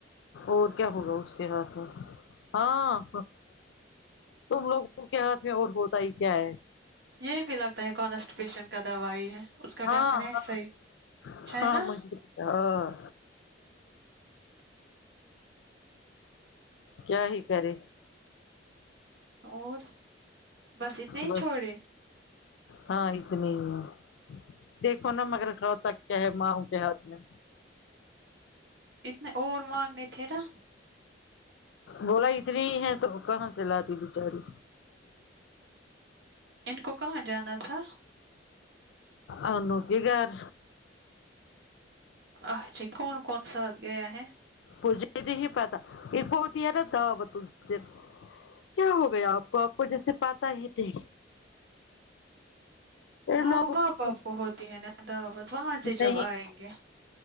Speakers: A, on the left (about 80°); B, on the right (about 70°).
A: اور کیا ہوگا اس کے ہاتھ میں ہاں تم لوگوں کے ہاتھ میں اور ہوتا ہی کیا ہے
B: یہ بھی لگتا ہے کوانسٹپیشن کا دوائی ہے اس کا
A: ہاں
B: ڈھکن ایسا
A: ہاں
B: ہی ہے
A: ہاں
B: نا
A: ہاں کیا ہی کرے
B: اور بس اتنے ہی
A: بس
B: چھوڑے
A: ہاں اتنے ہی دیکھو نا مگر <unintelligible> ماؤ کے ہاتھ میں
B: اتنے اور مانگنے تھے نا
A: بولا اتنی ہی ہے تو کہاں سے لاتی بچاری
B: ان کو کہاں جانا تھا
A: آ نوکے گھر
B: اچ جی کون کون ساتھ گیا ہے
A: مجھے نہی پتا ایک کوتی ہے <unintelligible> کیا ہو گیا آپ کو آپ کو جیسے پاتا ہے تھے ان
B: ہاں
A: لوگوں
B: ماں
A: کی
B: باپ کو ہوتی ہے <unintelligible> وہاں سے جب
A: نہیں
B: آئیں گے